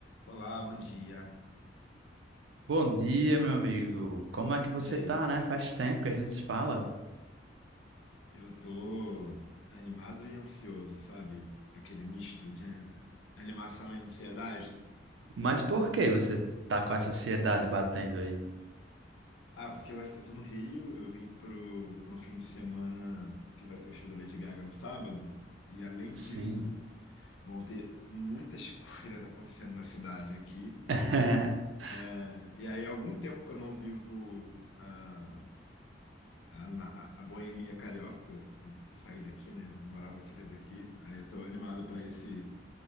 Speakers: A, on the left (about 80°); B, on the right (about 70°).
A: Olá, bom dia.
B: Bom dia, meu amigo. Como é que você
A: E aí?
B: tá, né? Faz tempo que a gente se fala.
A: Eu tô animado e ansioso, sabe? Aquele misto de <laughs> animação e ansiedade.
B: Mas por que você tá com essa ansiedade batendo aí?
A: Ah, porque eu eu tô no Rio, eu vim pro, pro um fim de semana que vai ter o show da Lady Gaga no sábado. E além
B: Sim.
A: disso, vão ter muitas <laughs> coisas acontecendo na cidade aqui.
B: <laughs>
A: né? E aí, há algum tempo que eu não vivo a, a, na- a boemia carioca, eu, eu saí daqui, né? Eu morava aqui, saí daqui. Aí eu tô animado pra esse.